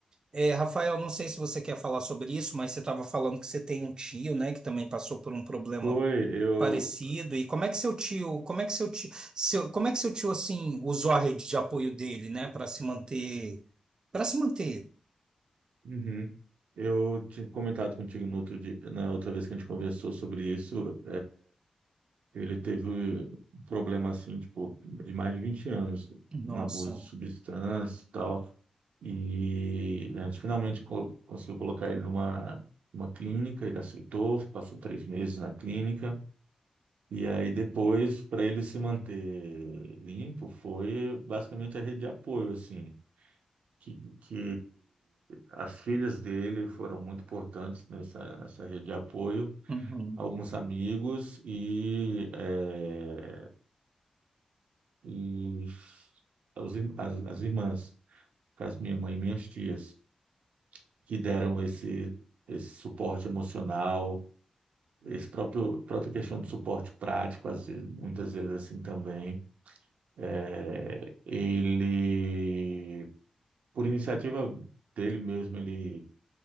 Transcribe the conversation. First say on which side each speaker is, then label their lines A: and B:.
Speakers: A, on the right; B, on the right.
A: É, Rafael, não sei se você quer falar sobre isso, mas você estava falando que você tem um tio, né, que também passou por um problema
B: Foi, eu.
A: parecido. E como é que seu tio, como é que seu tio, seu, como é que seu tio assim usou a rede de apoio dele, né, para se manter, para se manter?
B: Uhum. Eu tinha comentado contigo no outro dia, na outra vez que a gente conversou sobre isso. Ele teve um problema assim, tipo, de mais de 20 anos,
A: Nossa.
B: um abuso de substância e tal. E a gente finalmente co- conseguiu colocar ele numa, uma clínica, ele aceitou, passou três meses na clínica. E aí depois, para ele se manter limpo, foi basicamente a rede de apoio, assim, que, que as filhas dele foram muito importantes nessa, nessa rede de apoio,
A: Uhum.
B: alguns amigos e é, os, os ir- as, as irmãs, no caso minha mãe e minhas tias, que deram esse, esse suporte emocional, esse próprio própria questão de suporte prático, às vezes, muitas vezes assim também. É, ele, por iniciativa dele mesmo, ele